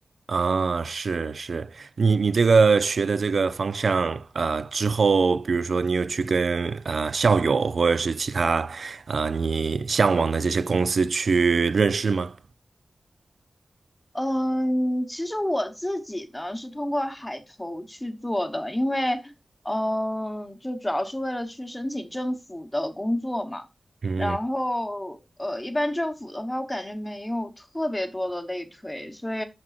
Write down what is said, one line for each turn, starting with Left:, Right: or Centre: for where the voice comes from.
Right: 啊？是是，你你这个学的这个方向，啊，之后比如说你有去跟啊校友或者是其他啊你向往的这些公司去认识吗？
Left: 嗯，其实我自己呢是通过海投去做的，因为嗯，就主要是为了去申请政府的工作嘛。
Right: 嗯。
Left: 然后呃，一般政府的话，我感觉没有特别多的类推，所以